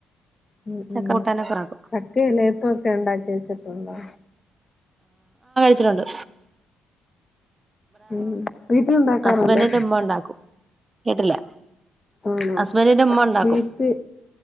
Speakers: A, on the left; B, on the right.
A: ഉം
B: ചക്ക
A: ഉം
B: കൂട്ടാനൊക്കെ ഉണ്ടാക്കും
A: ചക്കയിലേപ്പൊക്കെ ഉണ്ടാക്കി വെച്ചിട്ടുണ്ടോ
B: ച്ചിട്ട്ണ്ട്
A: ഉം വീട്ടിലുണ്ടാക്കാറുണ്ടോ
B: ഹസ്ബൻഡിന്റെ ഉമ്മ ഉണ്ടാക്കും കേട്ടില്ല
A: ആന്നോ
B: ഹസ്ബൻഡിന്റെ ഉമ്മ ഉണ്ടാക്കും
A: വീട്ടി